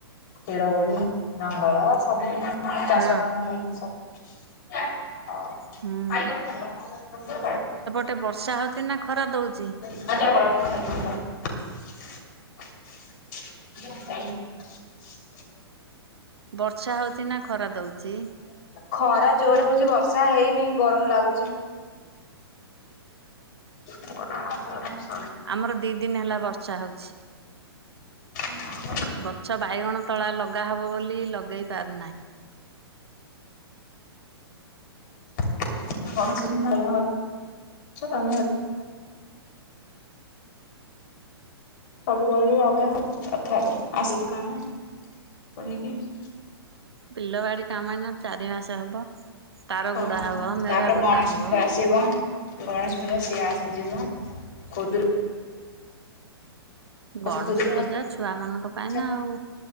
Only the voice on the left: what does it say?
ଶିଡ ଗୁଡି ନଙ୍ଗଳ ସବୁ ଏମତି
ଚାଷ କାମ <unintelligible> <inaudible>
<inaudible> ହ ହ
ଖରା ଜୋର୍ ହଉଚି ବର୍ଷା ହେଇନି ଗରମ୍ ଲାଗୁଚି। <inaudible>
ହ
<inaudible> ସବୁବଳେ ଅଗା ହବ ରଥଯାତ୍ରା ଆସିଯିବ କାମ <unintelligible>
ହଁ
-ହଁ
ତାପରେ
ଗଣେଶ
ପୂଜା ଆସିବ। ଗଣେଶ ପୂଜା ସିଏ ଆସିଯିବ ଖୁଦୁରୁ
ଓଷା ଖୁଦୁରୁକୁଣୀ
ଓଷା